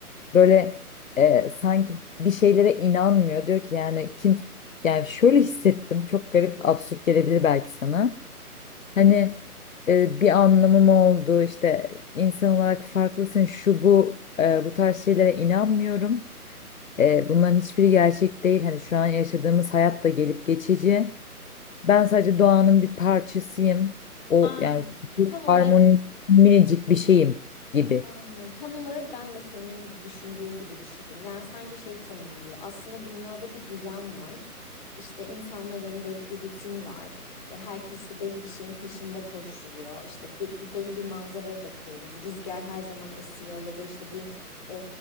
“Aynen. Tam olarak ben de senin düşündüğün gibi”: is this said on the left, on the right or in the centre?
Left